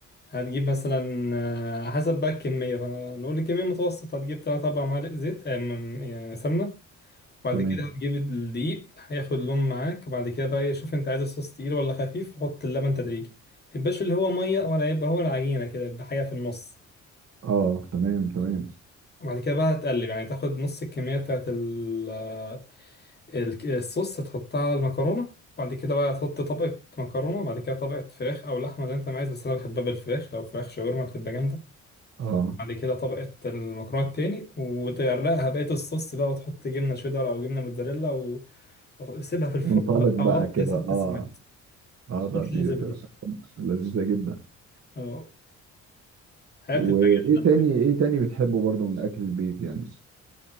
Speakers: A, on the left (about 35°); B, on the right (about 50°).
A: هتجيب مثلا آه، حسب بقى الكمية فنقول الكمية متوسط هتجيب تلات أربع معالق زيت آه، م- يعني سمنة وبعد
B: تمام
A: كده هتجيب الدقيق هياخد لون معاك وبعد كده بقى إيه، شوف انت عايز الصوص تقيل ولا خفيف وحط اللبن تدريجي ميبقاش اللي هو مية ولا يبقى هو العجينة كده يبقى حاجة في النص
B: اه تمام تمام
A: وبعد كده بقى هتقلب يعني تاخد نص الكمية بتاعت ال- آه، ال- الصوص هتحطها على المكرونة وبعد كده بقى هتحط طبقة مكرونة وبعد كده طبقة فراخ أو لحمة زي انت ما عايز بس أنا بحبها بالفراخ لو فراخ شاورما بتبقى جامدة
B: اه
A: بعد كده طبقة المكرونة التاني وتغرقها بقية الصوص بقى وتحط جبنة شيدر أو جبنة موتزاريلا و- وسيبها في الفرن
B: وانطلق
A: بقى
B: بقى
A: وطي
B: كده
A: ست
B: اه
A: ساعات
B: اه لا
A: تطلع
B: دي
A: زبدة
B: هتبقى <laughs> لذيذه جدا
A: اه حياة
B: وايه
A: بتبقى جامدة
B: تاني ايه تاني بتحبه برضو من اكل البيت يعني